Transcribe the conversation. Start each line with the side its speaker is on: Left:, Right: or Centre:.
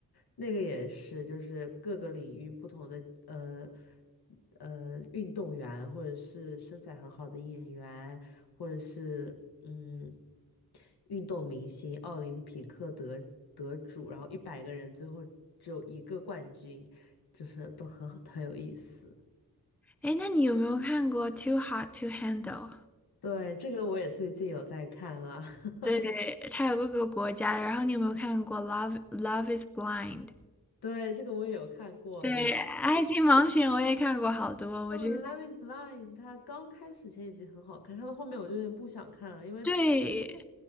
Left: 那个也是，就是各个领域不同的呃呃运动员，或者是身材很好的演员，或者是嗯运动明星、奥林匹克得得主，然后一百个人最后只有一个冠军，就是都很好，很有意思。
Centre: 哎，那你有没有看过《Too Hot to Handle》？
Left: 对，这个我也最近有在看啦。<laughs>
Centre: 对，它有各个国家的然后你有没有看过《Love Love Is Blind》？
Left: 对，这个我也有看过啦。
Centre: 对，《爱情盲选》我也看过好多，我觉得
Left: 我《Love Is Blind》它刚开始前几集很好看，看到后面我就有点不想看了，因为
Centre: 对，